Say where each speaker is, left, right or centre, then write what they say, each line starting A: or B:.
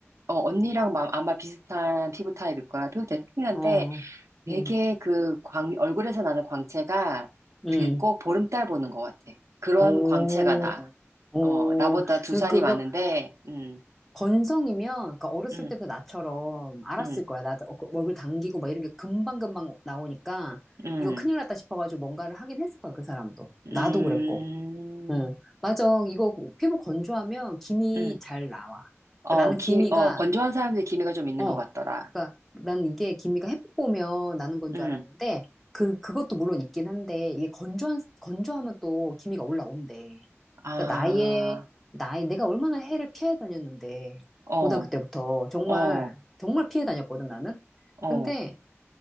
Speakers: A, on the right; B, in the centre.
A: 어, 언니랑 마- 아마 비슷한 피부 타입일 거야. 피부 되게 탱탱한데
B: 어,
A: 되게
B: 응.
A: 그 광, 얼굴에서 나는 광채가
B: 응,
A: 그 꼭 보름달 보는 것 같아. 그런
B: 오.
A: 광채가 나.
B: 어,
A: 어, 나보다 두
B: 그-
A: 살이
B: 그거
A: 많은데, 음,
B: 건성이면, 그러니까 어렸을
A: 음,
B: 때부터 나처럼 알았을
A: 음,
B: 거야. 나 어, 그 얼굴 당기고 막 이런 게 금방금방 나오니까
A: 음,
B: 이거 큰일 났다 싶어가지고 뭔가를 하긴 했을 거야, 그 사람도.
A: 음,
B: 나도 그랬고. 응. 맞아. 이거 피부 건조하면 기미
A: 음.
B: 잘 나와.
A: 어,
B: 그러니까 나는
A: 기,
B: 기미가,
A: 어, 건조한 사람들이 기미가 좀 있는
B: 어,
A: 것 같더라.
B: 그러니까 난 이게 기미가 햇빛 보면 나는 건 줄
A: 응.
B: 알았는데 그, 그것도 물론 있긴 한데 이게 건조한, 건조하면 또 기미가 올라온대.
A: 아,
B: 그러니까 나의 나이 내가 얼마나 해를 피해 다녔는데
A: 어,
B: 고등학교 때부터 정말
A: 어,
B: 정말 피해 다녔거든 나는.
A: 어.
B: 근데